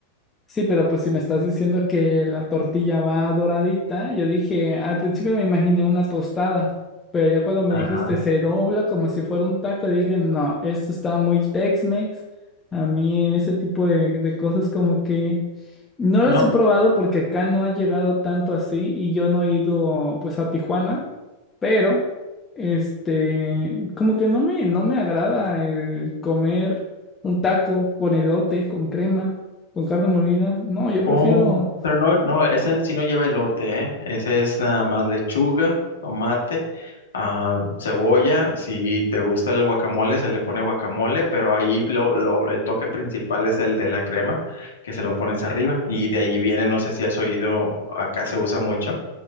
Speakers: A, on the left; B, on the left.
A: Sí, pero pues si me estás diciendo que la tortilla va doradita, yo dije, al principio me imaginé una tostada, pero ya cuando me
B: Ajá,
A: dijiste se dobla como si fuera un taco, dije, no, esto está muy Tex-Mex. A mí ese tipo de, de cosas como que no las
B: ¿no?
A: he probado porque acá no ha llegado tanto así y yo no he ido pues a Tijuana, pero este, como que no me, no me agrada el comer un taco con elote, con crema. Con carne molida. No, yo
B: Oh,
A: prefiero.
B: pero no, no, ese sí no lleva elote, ¿eh? Ese es nada más lechuga, tomate, ah, cebolla. Si te gusta el guacamole, se le pone guacamole, pero ahí lo, lo- el toque principal es el de la crema, que se lo pones arriba. Y de ahí viene, no sé si has oído, acá se usa mucho,